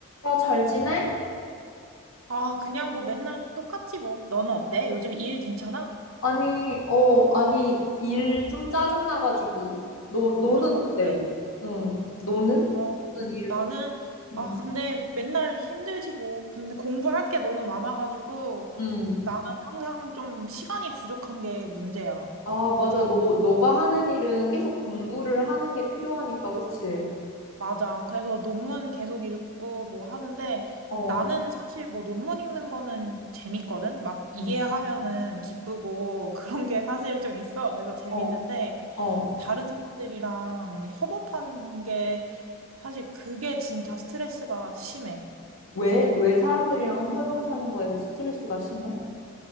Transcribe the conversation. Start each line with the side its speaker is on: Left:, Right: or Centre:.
Left: 야, 잘 지내?
Right: 아, 그냥 뭐 맨날 똑같지 뭐. 너는 어때? 요즘 일 괜찮아?
Left: 아니, 어, 아니, 일 좀 짜증나가지고. 너, 너는
Right: 아,
Left: 어때?
Right: 그래?
Left: 응, 너는?
Right: 어,
Left: 너는
Right: 어.
Left: 일,
Right: 나는,
Left: 응.
Right: 아, 근데 맨날 힘들지 뭐. 근데 공부할 게 너무 많아가지고
Left: 응.
Right: 나는 항상 좀 시간이 부족한 게 문제야.
Left: 아, 맞아. 너, 너가 하는 일은 계속 공부를 하는 게 필요하니까, 그치?
Right: 맞아. 그래서 논문 계속 읽고 뭐 하는데
Left: 어,
Right: 나는 사실 뭐 논문 읽는 거는 재밌거든? 막 이해하면은
Left: 응.
Right: 기쁘고 <laughs> 그런 게 사실 좀 있어. 그래서 재밌는데
Left: 어, 어.
Right: 다른 사람들이랑 협업하는 게 사실 그게 진짜 스트레스가 심해.
Left: 왜, 왜 사람들이랑 협업하는 거에서 스트레스가 심해?